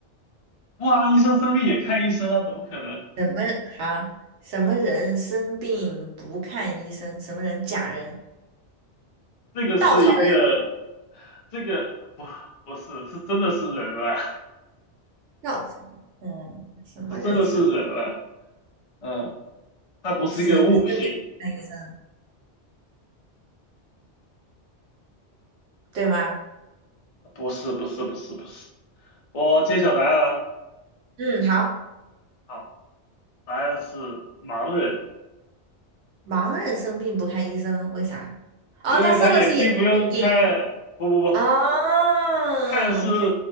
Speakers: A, on the left; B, on the right.
A: 不啊，医生生病也看医生啊？怎么可能？
B: 什么好？什么人生病不看医生？什么人？假人，
A: 这个是一个，
B: 稻草人，
A: 这个不不是，是真的是人了，
B: 稻草人，嗯，
A: <laughs>
B: 什么人生？
A: 这真的是人了，嗯，它不是一个物品，
B: 死看医生，对吗？
A: 不是不是不是不是。我揭晓答案了。
B: 嗯，好，
A: 好，答案是盲人，
B: 盲人生病不看医生，为啥？哦，
A: 因为他眼睛不用看，
B: 他生的是眼睛的病。
A: 不不不，
B: 哦，
A: 看是
B: 可以，